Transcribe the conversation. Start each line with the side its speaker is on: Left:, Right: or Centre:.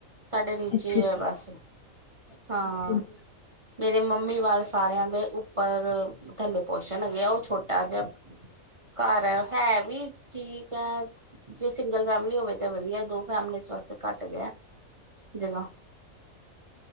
Right: ਸਾਡੇ ਨੀਚੇ
Left: ਅੱਛਾ
Right: ਈ
Left: ਜੀ
Right: ਐ ਬਸ ਹਾਂ।
Left: ਅੱਛਾ ਜੀ।
Right: ਮੇਰੇ ਮੰਮੀ ਵੱਲ ਸਾਰਿਆਂ ਦੇ ਉੱਪਰ। ਥੱਲੇ ਪੋਰਸ਼ਨ ਹੈਗੇ ਆ, ਉਹ ਛੋਟਾ ਜਿਹਾ। ਘਰ ਹੈ ਵੀ ਠੀਕ ਹੈ, ਜੇ ਸਿੰਗਲ ਫੈਮਲੀ ਹੋਵੇ ਤਾਂ ਵਧੀਆ। ਦੋ ਫੈਮਲੀਜ ਵਾਸਤੇ ਘੱਟ ਗਿਆ ਐ, ਜਗ੍ਹਾ।